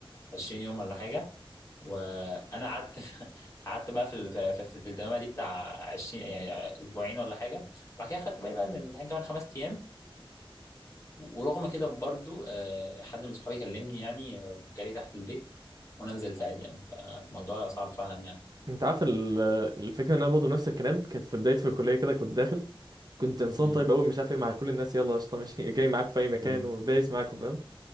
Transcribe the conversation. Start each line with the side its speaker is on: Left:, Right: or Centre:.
Left: 20 يوم ولا حاجه وانا قعدت <laughs> قعدت بقى في ال- في في, في الدوامه دي بتاع 20 يعني اسبوعين ولا حاجه وبعد كده خدت بالي بقى ان الامتحان كمان خمس ايام ورغم كده برضو آه، حد من صحابي كلمني يعني آه، وجالي تحت البيت وانا نزلت عادي يعني فالموضوع صعب فعلا يعني
Right: انت عارف ال- الفكره ان انا برضه نفس الكلام كانت في بدايتي في الكليه كده كنت داخل كنت انسان
Left: امم
Right: طيب قوي مش عارف ايه مع كل الناس يلا قشطه ماشي <laughs> جاي معاكم في اي مكان
Left: امم
Right: ودايس معاكم فاهم